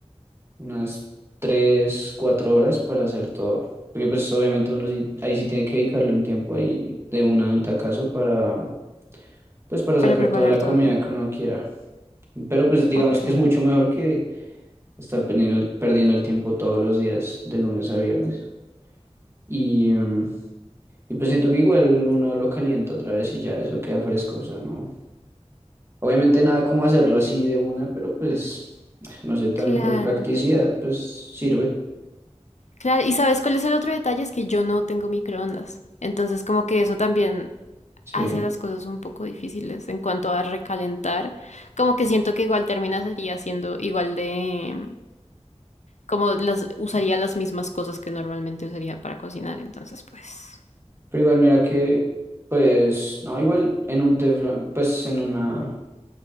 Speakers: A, on the right (about 20°); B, on the left (about 85°).
A: unas tres, cuatro horas para hacer todo. Porque pues obviamente uno sí, ahí sí tiene que dedicarle un tiempo ahí de una, de un tacazo para, pues para sacar
B: para preparar
A: toda la
B: todo.
A: comida que uno quiera. Pero pues digamos
B: Ok,
A: que es mucho mejor que estar perdiendo, perdiendo el tiempo todos los días, de lunes a viernes. Y, mm, y pues siento que igual uno lo calienta otra vez y ya eso queda fresco. O sea, no. Obviamente nada como hacerlo así de una, pero pues, no sé, también
B: claro,
A: por practicidad, pues sirve.
B: claro. ¿Y sabes cuál es el otro detalle? Es que yo no tengo microondas. Entonces como que eso también
A: Sí.
B: hace las cosas un poco difíciles en cuanto a recalentar. Como que siento que igual termina sería siendo igual de, como las usaría las mismas cosas que normalmente usaría para cocinar, entonces pues.
A: Pero igual mira que, pues, no, igual en un teflón, pues en una,